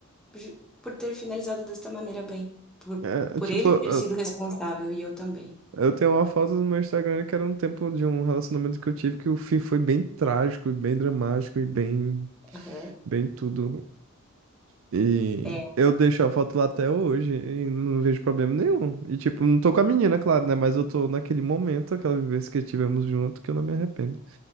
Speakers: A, in the centre; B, on the right (about 60°).
A: ju- por ter finalizado desta maneira bem. Por,
B: É,
A: por
B: é tipo,
A: ele
B: eu,
A: ter sido responsável e eu também.
B: eu tenho uma foto no meu Instagram que era um tempo de um relacionamento que eu tive que o fim foi bem trágico e bem dramático e bem,
A: Aham.
B: bem tudo. E
A: É.
B: eu deixo a foto lá até hoje e não vejo problema nenhum. E tipo, não tô com a menina, claro, né? Mas eu tô naquele momento, aquela vivência que tivemos junto, que eu não me arrependo.